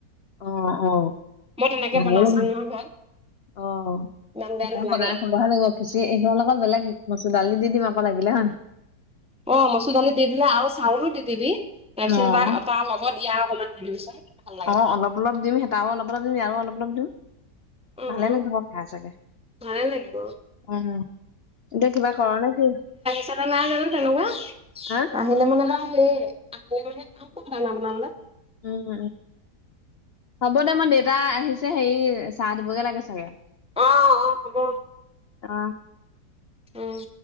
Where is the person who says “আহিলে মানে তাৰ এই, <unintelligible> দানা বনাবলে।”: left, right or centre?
Centre